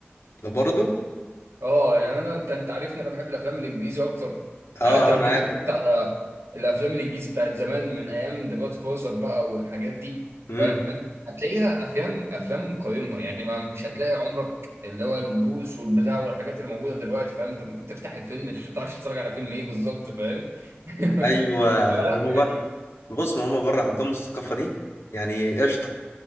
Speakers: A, on the left (about 80°); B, on the right (about 75°).
A: برضو
B: اه يعني انا انت انت عارفني انا بحب الافلام الانجليزي اكتر
A: اه
B: يعني انت لو
A: آه، انا
B: جيت
A: عارف
B: اتفرجت على الافلام الانجليزي بتاعت زمان من ايام ذا جاد فوزر بقى والحاجات دي
A: امم
B: فاهم هتلاقيها افلام افلام قيمه يعني ما مش هتلاقي عمرك اللي هو البوس والبتاع والحاجات اللي موجوده دلوقتي فاهم انت م- تفتح الفيلم مش بتعرفش تتفرج على فيلم ايه بالظبط فاهم <laughs>
A: ايوه
B: فلا
A: هما بقى
B: يعني
A: بص هما بره عندهم الثقافه دي يعني قشطه